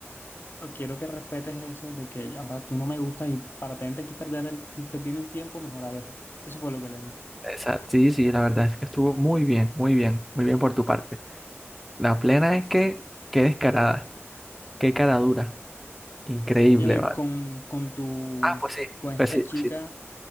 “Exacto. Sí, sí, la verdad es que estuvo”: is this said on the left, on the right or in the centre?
Centre